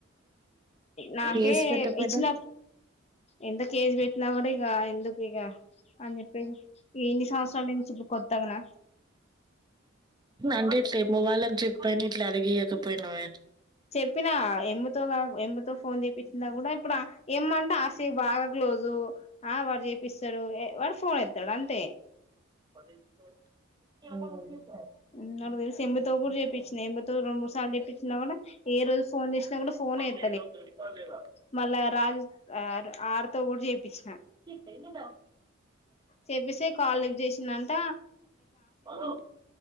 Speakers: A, on the left; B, on the right.
A: నాకే
B: చేసి పెట్టకపోయినా
A: ఇచ్చిన ఎంత కేస్ బేట్టినా గూడా ఇగ ఎందుకు ఇగ అని జెప్పేసి ఎన్ని సంవత్సరాల నుంచి ఇప్పుడు కొత్తగనా
B: అంటే ఇట్లే ఎమ్ము వాళ్ళకి జెప్పైనా ఇట్లా అడిగీయకపోయినవే
A: చెప్పిన ఎమ్ముతో ఎమ్ముతో ఫోన్ జేపిచ్చినా గూడా ఇప్పుడు ఎమ్మ అంటే ఆస్తి బాగా క్లోజు ఆ వాడు చేపిస్తాడు వాడు ఫోన్ ఎత్తడు అంతే
B: ఉమ్
A: <inaudible> ఉమ్ వాళ్ళకి దెలుసు ఎమ్ముతో గూడా జేపిచిన ఎమ్ముతో రెండు మూడుసార్లు చెప్పించిన గూడా ఏ రోజు ఫోన్ జేసినా గూడా ఫోన్ ఎత్త
B: <unintelligible>
A: మళ్ళా రాజు ఆర్ తో గూడా జేపిచ్చిన
B: కైనాదా
A: చేపిస్తే కాల్ లిఫ్ట్ చేసిందంట
B: ఉమ్